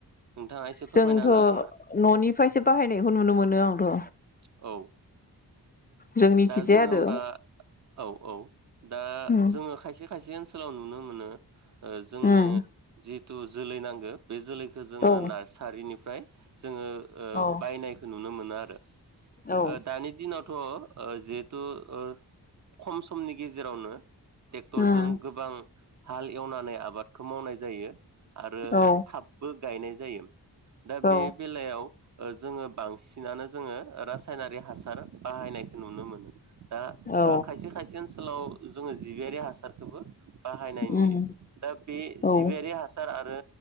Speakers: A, on the right (about 45°); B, on the left (about 25°).
A: नोंथाङा एसे फोरमायना
B: जोंथ'
A: होनो हागोन ना?
B: न'निफ्रायसो बाहायनायखौ नुनो मोनो आंथ'
A: औ।
B: जोंनिखिजाया
A: दा जोङो
B: आरो
A: होमबा औ औ दा
B: उम
A: जोङो खायसे खायसे ओन सोलाव नुनो मोनो ओ जोंनो
B: उम
A: जिहेथु जोलै नांगौ बे जोलैखौ जोङो
B: औ
A: नारसारिनिफ्राय जोङो ओ
B: औ
A: बायनायखौ नुनो मोना आरो।
B: औ
A: ओ दानि दिनावथ' ओ जिहेथु ओ खम समनि गेजेरावनो ट्रेक्टरजों
B: उम
A: गोबां हाल एवनानै आबादखौ मावनाय जायो आरो
B: औ
A: थाबबो गायनाय जायो। दा
B: औ
A: बे बेलायाव ओ जोङो बांसिनानो जोङो रासायनारि हासार बाहायनायखौ नुनो मोनो दा
B: औ
A: ओ खायसे खायसे ओनसोलाव जोङो जिबियारि हासारखौबो बाहायनाय नुयो।
B: उम
A: दा बे जिबायारि
B: औ
A: हासार आरो